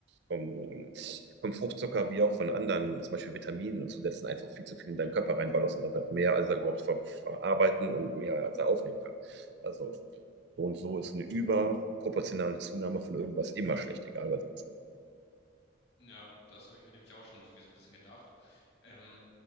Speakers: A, on the right (about 60°); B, on the left (about 60°).
A: vom, vom Fruchtzucker wie auch von anderen, zum Beispiel Vitaminen und Zusätzen, einfach viel zu viel in deinen Körper reinballerst und einfach mehr, als er überhaupt ver verarbeiten und mehr, als er aufnehmen kann. Also so und so ist eine überproportionale Zunahme von irgendwas immer schlecht, egal was.
B: Ja, das habe ich mir nämlich auch schon irgendwie so ein bisschen gedacht. Ähm,